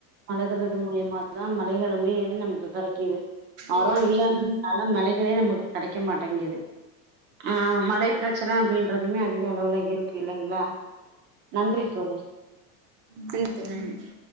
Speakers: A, on the right; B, on the right.
A: வளக்குறது மூலியமா அதுதா மழைகளுமே நமக்கு கிடைக்குது மரம்
B: ம்
A: இல்லைன்னு நல்ல மழைகளே நமக்கு கிடைக்க மாட்டேங்குது அஹ் மழை பிரச்சனை அப்டின்றதுமே அதிக அளவுல இருக்கு இல்லைங்களா நன்றி தோழி
B: சேரிங்க தோழி நன்றி